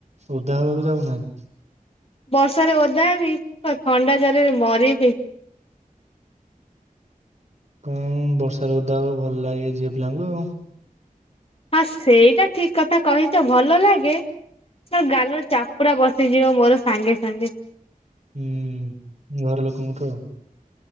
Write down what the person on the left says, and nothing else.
ବର୍ଷାରେ ଓଦା ହେବି ତ ଥଣ୍ଡା ଜରରେ ମରିବି।
ହଁ ସେଇଟା ଠିକ୍ କଥା କହିଚ ଭଲ ଲାଗେ। ନ ଗାଲ ଚାପୁଡ଼ା ବସିଯିବ ମୋର ସାଙ୍ଗେ ସାଙ୍ଗେ।